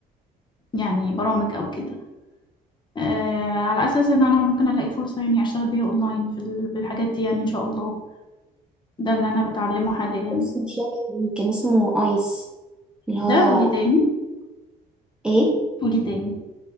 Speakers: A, on the left; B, in the centre.
A: يعني برامج او كده آه على اساس ان انا ممكن الاقي فرصة يعني اشتغل بيها اونلاين في ال- بالحاجات دي يعني ان شاء الله ده اللي انا بتعلمه حاليا
B: اسم شابك ليه كان اسمه ايس اللي هو
A: ده قولي تاني
B: ايه
A: قولي تاني